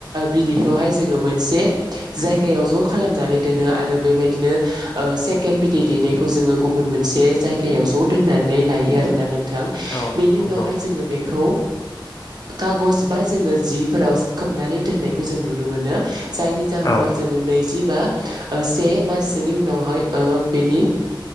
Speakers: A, on the right; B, on the left.
A: बिदैखौहाय जोङो मोनसे जायगायाव ज' खालामनानै दोनो आरो बेबायदिनो ओ सेकेणड बिदै दैनायखौ जोङो गुबुन मोनसे जायगायाव ज' दोननानै लायो आरोना नों नोंथां
B: औ
A: बिनि
B: नंगौ
A: उनावहाय जोङो बिखौ खागस बा जोङो जिफोराव खोबनानै दोननायखौ जों नुनो मोनो जायनि जाहोनाव
B: औ
A: जोङो नैजि बा से माससोनि उनावहाय ओ बेनि